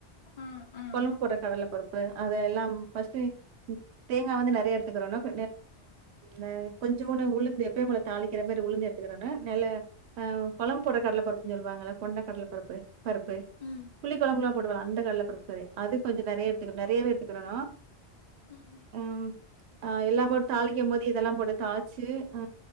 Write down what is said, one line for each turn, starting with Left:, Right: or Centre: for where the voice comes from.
Left: அ, அ.
Right: கொழம்புக்கு போடுற கடல பருப்பு அதயெல்லாம் ஃபஸ்டு நீ தேங்கா வந்து நெறைய எடுத்துக்கிறோணும் ந கொஞ்சம் ஒன்ன உளுந்து எப்பய உளை தாளிக்கிற மாதிரி உளுந்து எடு <unintelligible> பேரென்ன நெல அ கொழம்ப் போடுற கடலபருப்புன்னு சொல்லுவாங்க கொண்டை கடல பருப்பு பருப்பு
Left: ம்,
Right: புளி கொழம்புல போடுவாங்கள அந்த கடல பருப்பு அது கொஞ்சோ நெறையா எடுத்துகறணு நெறையவே எடுத்துகுறணு
Left: உம் <unintelligible>
Right: ம் ம் ஆ எல்லா போட்டு தாளிக்கு போது இதெல்லா போட்டு தாளிச்சி ஆ